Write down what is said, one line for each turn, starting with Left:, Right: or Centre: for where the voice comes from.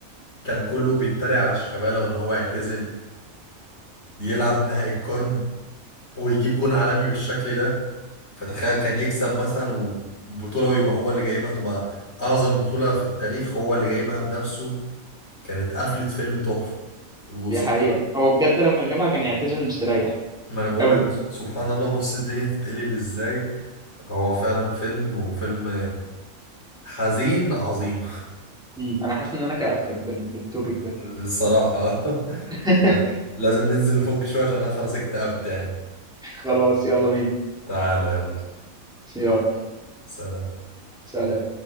Left: كان كله بيتريق على شيكابالا وان هو يعتزل فيلعب نهائي القرن ويجيب جون عالمي بالشكل ده فتخيل كان يكسب مثلا وبطولة ويبقى هو اللي جايبها تبقى أعظم بطولة في التاريخ هو اللي جايبها بنفسه كانت قفلة فيلم تحفة وسبحان
Centre: دي حقيقة
Left: الله
Centre: هو بجد لو كان جابها كان يعتزل مستريح
Left: ما أنا بقول
Centre: قوي
Left: لك سبحان الله بص الدنيا تتقلب إزاي هو فعلا فيلم وفيلم حزين عظيم
Centre: مم. انا حاسس ان انا كأبتك بال... بالتوبيك ده
Left: <laughs> الصراحة <laughs>
Centre: <laughs>
Left: لازم ننزل نفك شوية عشان أنا خلاص اكتئبت يعني
Centre: خلاص يلا بينا
Left: تعالى يلا
Centre: يلا
Left: سلام
Centre: سلام